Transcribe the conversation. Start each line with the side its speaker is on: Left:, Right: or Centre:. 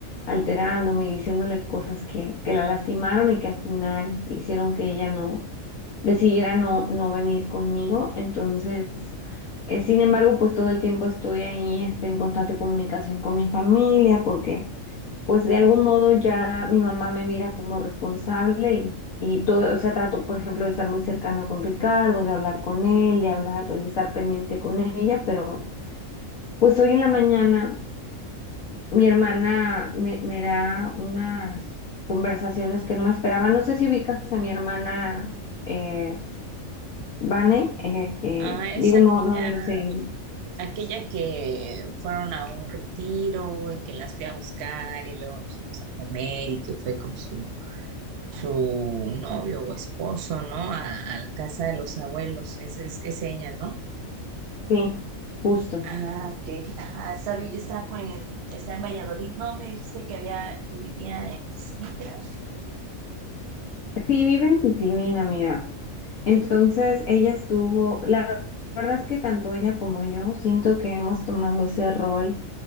Left: alterándome y diciéndole cosas que, que la lastimaron y que al final hicieron que ella no decidiera no, no venir conmigo. Entonces, eh, sin embargo, pues todo el tiempo estoy ahí este, en constante comunicación con mi familia porque pues de algún modo ya mi mamá me mira como responsable y, y todo, o sea, trato, por ejemplo, de estar muy cercano con Ricardo, de hablar con él, de hablar, de estar pendiente con ella, pero pues hoy en la mañana mi hermana me, me da unas conversaciones que no me esperaba. No sé si ubicas a mi hermana eh, Vane, eh, eh,
Right: Ah,
Left: digo,
Right: es aquella
Left: no, no, he ido seguir.
Right: Aquella que fueron a un retiro y que las fui a buscar y luego nos fuimos a comer y que fue con su, su novio o esposo, ¿no? A, a la casa de los abuelos, esa es, es ella, ¿no?
Left: Sí, justo.
Right: Ah, ok. Ajá, está, vi- está, con el- está en Valladolid. No, me dijiste que había, que vivía en Tizinicra.
Left: Sí, vive en Pitimín, amiga. Entonces, ella estuvo, la verdad es que tanto ella como yo siento que hemos tomado ese rol,